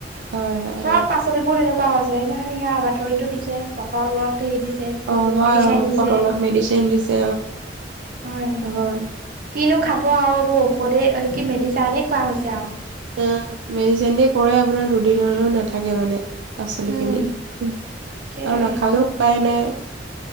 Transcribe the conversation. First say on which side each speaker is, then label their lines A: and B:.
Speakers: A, on the right (about 80°); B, on the right (about 50°).
A: হয় হয়
B: চব পাচলিবোৰ এনেক কুৱা হৈছে সেইদিনাখনি সেয়া বাতৰিটো দিছে পটলত ঠেই দিছে।
A: অ অ হয়
B: মেডিচেন
A: অ
B: দিছে
A: পটলত মেডিচিন দিছে
B: হয়
A: অ হয়
B: কিনো খাব আৰু ঔষধে কি মেডিচানেক খোৱা হৈছে আও।
A: অ মেডিচিন দি কৰে আপোনাৰ দুদিনলৈওঁ নাথাকে মানে। পাচলিখিনি
B: উম
A: আৰু
B: সেইটোৱে।
A: নাখায়ো উপায় নাই। <unintelligible>